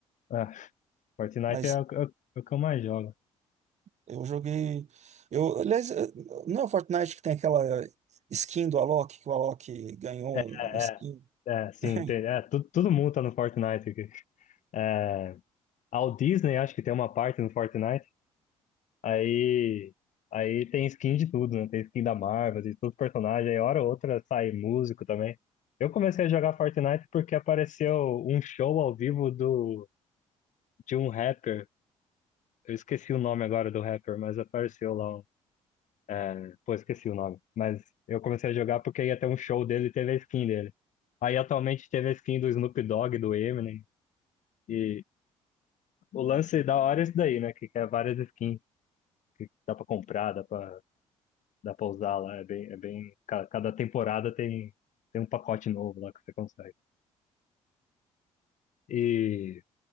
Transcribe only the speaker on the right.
Mas
Eu joguei. Eu, aliás, eh, não é o Fortnite que tem aquela skin do Alok, que o Alok ganhou
um
skin.
<laughs>